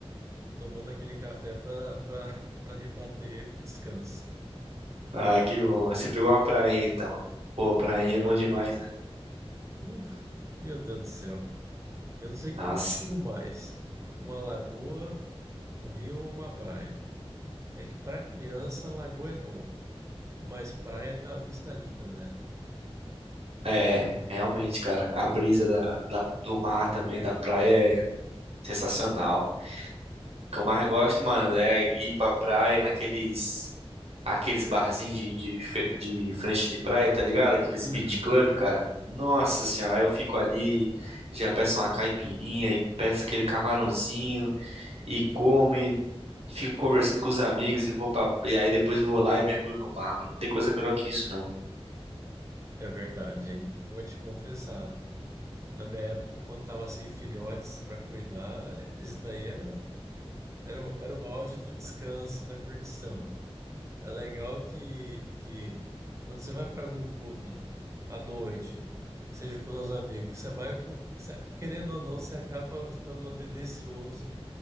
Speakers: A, on the right; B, on the right.
A: tomando aquele café para para <laughs> rebater o descanso.
B: Ah, que bom. Você pegou uma praia, então. Pô, prainha
A: Peguei
B: é bom
A: uma prainha.
B: demais, né?
A: Uf, meu Deus do céu. Eu não sei o
B: Nossa.
A: que eu prefiro mais, uma lagoa, um rio ou uma praia. É que para criança, lagoa é bom, mas praia tem uma vista linda, né?
B: É, realmente, cara. A brisa da, da- do mar também, da praia, é sensacional. O que eu mais gosto, mano, é ir pra praia naqueles... Aqueles barzinhos de, de, fe- de frente de praia, tá ligado? Aqueles
A: Uhum,
B: beach club, cara. Nossa senhora, aí eu fico ali, já peço uma caipirinha e peço aquele camarãozinho. e come, fico conversando com os amigos e vou pra... e aí depois vou lá e mergulho no mar, mano. Não tem coisa melhor que isso, não.
A: é verdade, hein? Vou te confessar. Na minha época, quando tava sem filhotes para cuidar, isso daí era, o- era, o- era o auge do descanso e da curtição. É legal que, que quando você vai para algum clube à noite, que seja com seus amigos, você vai com, você- querendo ou não, você acaba ficando tendencioso